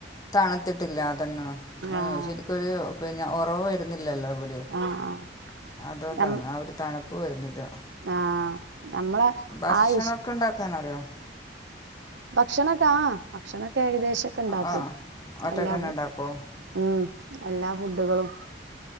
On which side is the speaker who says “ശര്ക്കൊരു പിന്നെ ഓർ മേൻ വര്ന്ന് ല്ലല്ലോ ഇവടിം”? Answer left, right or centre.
Left